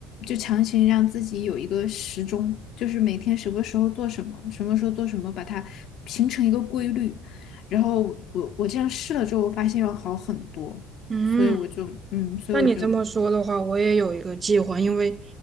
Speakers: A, on the left; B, on the right.
A: 就强行让自己有一个时钟，就是每天什么时候做什么，什么时候做什么，把它形成一个规律。然后我我我这样试了之后，我发现要好很多，
B: 嗯。
A: 所以我就嗯，所以我就
B: 那你这么说的话，我也有一个计划，因为